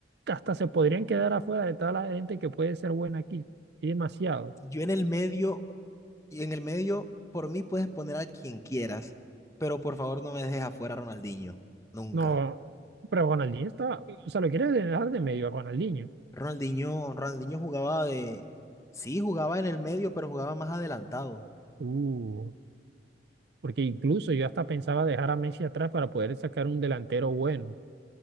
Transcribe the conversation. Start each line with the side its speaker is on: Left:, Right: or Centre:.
Right: hasta se podrían quedar afuera de toda la gente que puede ser buena aquí. Hay demasiado.
Left: Yo en el medio, y en el medio, por mí puedes poner a quien quieras, pero por favor no me dejes afuera a Ronaldinho. Nunca.
Right: No, pero Ronaldinho está... O sea, lo quieres dejar de medio a Ronaldinho.
Left: Ronaldinho, Ronaldinho jugaba de. Sí, jugaba en el medio, pero jugaba más adelantado.
Right: Uh. Porque incluso yo hasta pensaba dejar a Messi atrás para poder sacar un delantero bueno.